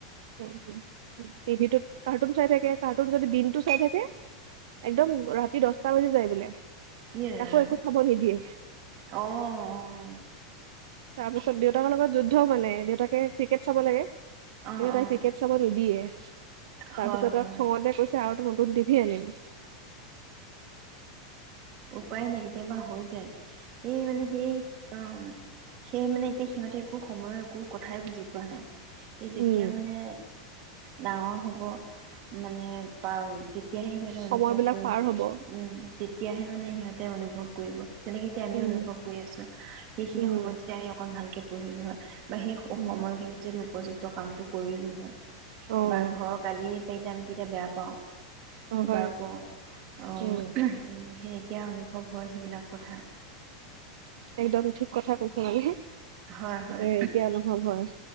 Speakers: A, on the right; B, on the right.
A: <inaudible> টিভিটোত কাৰ্টুন চাই থাকে কাৰ্টুন যদি দিনটো চাই থাকে একদম ৰাতি দহ তা বাজি যায় বোলে।
B: ইয়েৰাম
A: তাকো একো চাব
B: অহ,
A: নিদিয়ে
B: অহ।
A: তাৰপিছত দেউতাকৰ লগত যুদ্ধ মানে। দেউতাকে ক্ৰিকেট চাব লাগে। কিন্তু
B: অঁ অঁ
A: তাই ক্ৰিকেট চাবত নিবিয়ে তাৰ
B: হয়
A: পিছত
B: হয়
A: আৰু খঙতে কৈছে আৰু এটা তত দিধিয়ে আনিম।
B: উপায় নাই কেতিয়াবা হৈ যায়। সেই মানে সেই একদম সেয়ে মানে এতিয়া সিহঁতে একো সময়ৰ একো কথাই বুজি পোৱা নাই। সে যেতিয়া
A: উম,
B: মানে ডাঙৰ হ'ব মানে পাম তে তেতিয়াহে সিঁহতে
A: সময়বিলাক
B: অনুভৱ উম,
A: পাৰ হ'ব।
B: তে তেতিয়াহে মানে সিহঁতে অনুভৱ কৰিব। যেনেকে এতিয়া আমি
A: উম,
B: অনুভৱ কৰি আছো সেইখিনি
A: উম,
B: সময়ত যদি আমি অকণ ভালকে বহি যোৱা। বা সেই
A: উম,
B: সময়খিনিত যদি উপযুক্ত কামটো কৰিলোঁ হয়
A: অ',
B: বা ঘৰৰ গালি পি আমি তেতিয়া বেয়া পাওঁ।
A: অ',
B: কিবা
A: হয়,
B: আকৌ অ',
A: উম,
B: উম, সেই এতিয়া অনুভৱ হয় সেইবিলাক কথা।
A: একদম ঠিক কথা কৈছ মানে হে
B: হয় হয়
A: এ, এতিয়া অনুভৱ হয়।